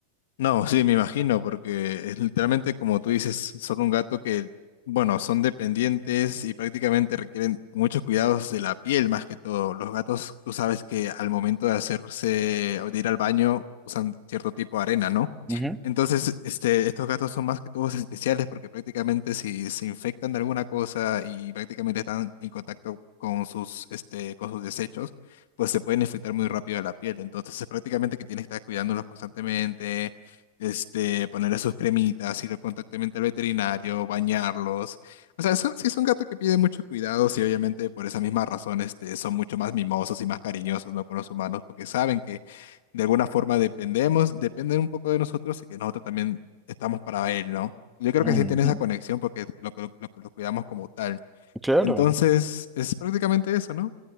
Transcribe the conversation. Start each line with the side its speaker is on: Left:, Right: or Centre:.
Left: No, sí, me imagino, porque es literalmente como tú dices, son un gato que, bueno, son dependientes y prácticamente requieren muchos cuidados de la piel más que todo. Los gatos, tú sabes que al momento de hacerse o de ir al baño usan cierto tipo de arena, ¿no?
Centre: Ujú,
Left: Entonces, este, estos gatos son más que todos especiales porque prácticamente si se infectan de alguna cosa y prácticamente están en contacto con sus, este, con sus desechos, pues se pueden infectar muy rápido la piel. Entonces, es prácticamente que tienes que estar cuidándolos constantemente, este, ponerle sus cremitas, ir constantemente al veterinario, bañarlos. O sea, son, sí son gatos que piden mucho cuidado y obviamente por esa misma razón, este, son mucho más mimosos y más cariñosos, ¿no? con los humanos porque saben que de alguna forma dependemos, dependen un poco de nosotros y que nosotros también estamos para él, ¿no? Yo creo
Centre: ujú.
Left: que sienten esa conexión porque lo, lo, lo, lo cuidamos como tal.
Centre: Claro,
Left: Entonces, es prácticamente eso, ¿no?